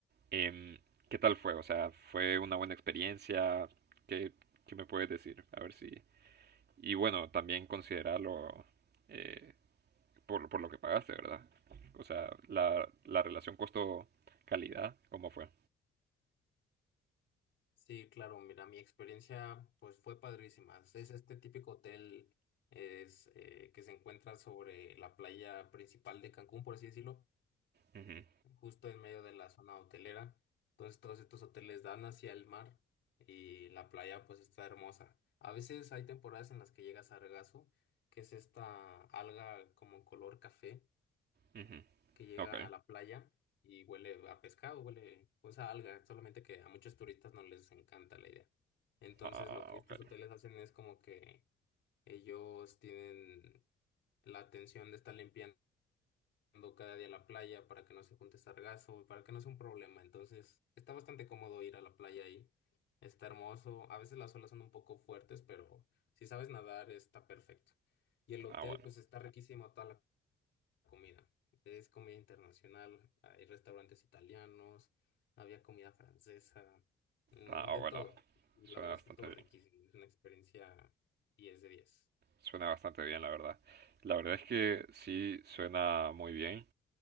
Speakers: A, on the right (about 55°); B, on the left (about 70°).
A: em, ¿qué tal fue? O sea, ¿fue una buena experiencia? ¿Qué, qué me puedes decir? A ver si... Y bueno, también considerarlo eh, por, por lo que pagaste, ¿verdad? O sea, la, la relación costo-calidad, ¿cómo fue?
B: Sí, claro, mira, mi experiencia pues fue padrísima. Es este típico hotel es, eh, que se encuentra sobre la playa principal de Cancún, por así decirlo.
A: Ujú,
B: justo en medio de la zona hotelera. Entonces todos estos hoteles dan hacia el mar y la playa pues está hermosa. A veces hay temporadas en las que llega sargazo, que es esta alga como color café
A: ujú.
B: que llega
A: Ok.
B: a la playa y huele a pescado, huele pues a alga, solamente que a muchos turistas no les encanta la idea. Entonces
A: Ah,
B: lo que
A: ok.
B: estos hoteles hacen es como que ellos tienen la atención de estar limpiando yendo cada día a la playa para que no se junte sargazo, para que no sea un problema. Entonces, está bastante cómodo ir a la playa ahí. Está hermoso. A veces las olas son un poco fuertes, pero si sabes nadar, está perfecto. Y el hotel,
A: Ah, bueno.
B: pues está riquísimo toda la comida. Es comida internacional, hay restaurantes italianos, había comida francesa, mm,
A: Ah,
B: de
A: bueno.
B: todo. Y la
A: Suena
B: verdad
A: bastante
B: es que todo
A: bien.
B: riquísimo. Es una experiencia 10 de diez
A: Suena bastante bien, la verdad. La verdad es que sí suena muy bien.